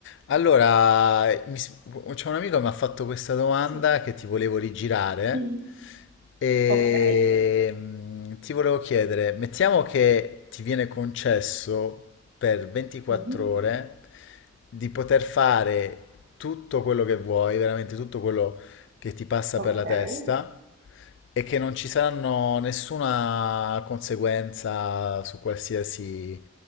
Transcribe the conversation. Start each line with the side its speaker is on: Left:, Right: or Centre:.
Left: Allora, mi s- c'è un amico che mi ha fatto questa domanda
Right: Sì.
Left: che ti volevo rigirare
Right: Mm.
Left: e
Right: Ok,
Left: mm, ti volevo chiedere, mettiamo che ti viene concesso per 24
Right: Mhm.
Left: ore di poter fare tutto quello che vuoi, veramente tutto quello che ti passa
Right: ok.
Left: per la testa e che non ci saranno nessuna conseguenza su qualsiasi